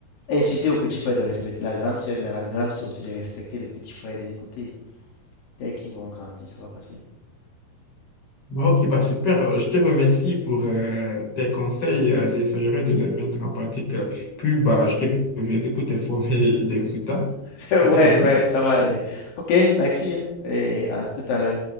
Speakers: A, on the left; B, on the left.
A: Insister au petit frère de respecter la grande sœur, mais à la grande sœur aussi de respecter le petit frère et de l'écouter. Dès qu'ils vont grandir, ça va passer.
B: Bah, ok, bah, super. Je te remercie pour euh, tes conseils. Euh, J'essaierai de les mettre en pratique. Puis, bah, je te reviendrai pour t'informer des résultats.
A: <laughs> Ouais,
B: Ça te convient?
A: ouais, ça va aller. Ok, merci. hein. Et à tout à l'heure.